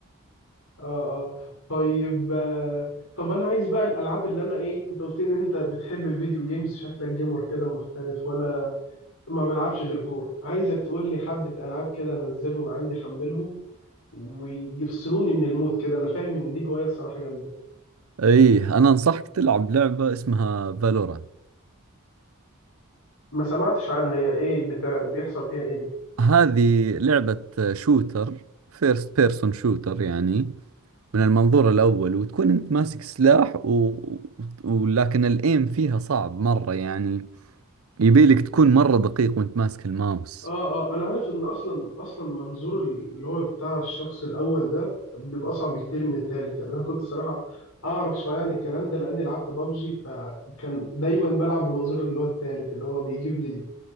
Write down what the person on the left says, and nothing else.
اه اه طيب آه، طب انا عايز بقى الالعاب اللي انا ايه انت قلت لي ان انت بتحب الفيديو جيمز شكلك جيمر كده محترف وانا ما بلعبش غير كوره عايزك تقول لي حبه العاب كده انزلهم عندي حملهم ويفصلوني من المود كده انا فاهم ان دي هوايه الصراحه جامده
ما سمعتش عنها هي ايه بتاع بيحصل فيها ايه دي
اه اه انا عارف ان اصلا اصلا منظور اللي هو بتاع الشخص الاول ده بيبقى اصعب بكتير من التالت يعني انا كنت صراحه اعرف شويه عن الكلام ده لاني لعبت بابجي فكان دايما بلعب بمنظور اللي هو التالت اللي هو بيجيب لي